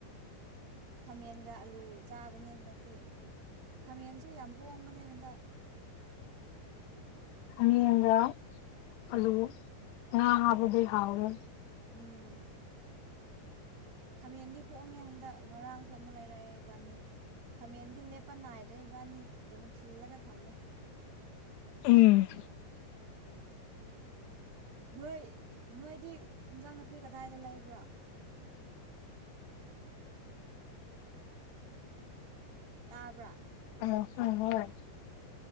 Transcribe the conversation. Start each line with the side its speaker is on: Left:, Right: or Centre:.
Right: ꯫ ꯈꯥꯃꯦꯟꯒ ꯑꯂꯨ ꯆꯥꯕꯅꯦ ꯍꯟꯗꯛꯇꯤ ꯈꯥꯃꯦꯟꯁꯨ ꯌꯥꯝ ꯍꯣꯡꯕꯅꯦ ꯍꯟꯗꯛ ꯫
Left: ꯈꯃꯦꯟꯒ ꯑꯂꯨ ꯉꯥ ꯍꯥꯞꯕꯗꯤ ꯍꯥꯎꯋꯦ ꯫
Right: ꯎꯝ ꯈꯥꯃꯦꯟꯗꯤ ꯍꯣꯡꯉꯦ ꯍꯟꯗꯛ ꯉꯔꯥꯡꯁꯨ ꯑꯃꯨꯛ ꯂꯩꯔꯛꯑꯦ ꯏꯕꯥꯅꯤ꯫ ꯈꯥꯃꯦꯟꯗꯤ ꯂꯦꯞꯄ ꯅꯥꯏꯗ꯭ꯔꯦ ꯏꯕꯥꯅꯤ ꯗꯨꯝ ꯈꯤꯜꯂꯒ ꯊꯝꯃꯦ꯫
Left: ꯎꯝ
Right: ꯅꯣꯏ ꯅꯣꯏꯗꯤ ꯍꯤꯟꯖꯥꯡ ꯅꯥꯄꯤ ꯀꯗꯥꯏꯗ ꯂꯩꯕ꯭ꯔꯥ ꯫ ꯇꯥꯕ꯭ꯔꯥ ꯫
Left: ꯑꯥ ꯍ ꯍꯣꯏ ꯫